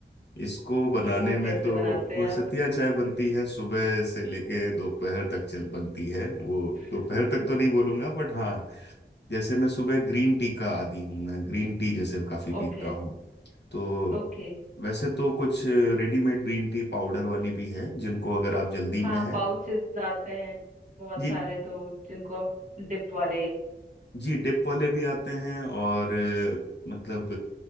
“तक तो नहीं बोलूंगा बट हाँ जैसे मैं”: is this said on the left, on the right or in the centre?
Left